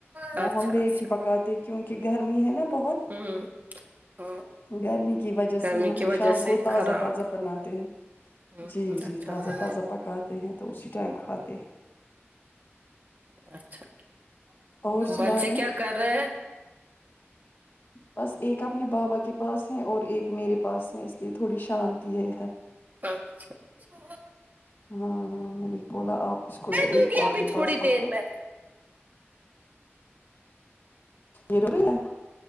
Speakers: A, on the right; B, on the left.
A: اچھا
B: وہ ہم لیٹ
A: اچھا
B: ہی پکاتے ہے کیونکہ گرمی ہے نا بہت
A: ہوں ہوں
B: گرمی کی وجہ
A: گرمی
B: سے ہم
A: کی وجہ
B: شام
A: سے
B: کو تازہ
A: خراب
B: تازہ بناتے ہیں
A: ہوں
B: جی
A: ہوں
B: جی
A: اچھا
B: تازہ
A: کرتے
B: تازہ پکاتے ہیں تو اسی ٹائم کھاتے ہیں
A: اچھا
B: اور سنائیے
A: بچے کیا کر رہے ہیں
B: بس ایک اپنے بابا کے پاس ہے اور ایک میرے پاس ہے اس لیے تھوڑی شانتی ہے ادھر
A: اچھا اچھا
B: ہاں ہاں میں نے بولا آپ اس کو
A: دوں
B: ایک
A: گی
B: کو
A: ابھی
B: اپنے
A: تھوڑی
B: پاس پکڑو
A: دیر میں
B: یرور ل